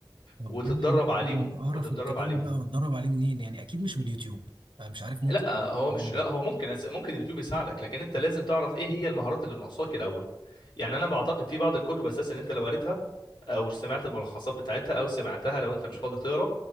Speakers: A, on the right (about 80°); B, on the left (about 70°).
A: طب
B: وتتدرب
A: قول لي
B: عليهم
A: ممكن اعرف
B: وتتدرب
A: الكلام
B: عليهم
A: ده واتدرب عليه منين يعني اكيد مش من اليوتيوب انا مش عارف ممكن
B: لا هو
A: منين
B: مش لا هو ممكن أس- ممكن اليوتيوب يساعدك لكن انت لازم تعرف ايه هي المهارات اللي ناقصاك الاول يعني انا بعتقد في بعض الكتب اساسا انت لو قريتها او سمعت الملخصات بتاعتها او سمعتها لو انت مش فاضي تقرا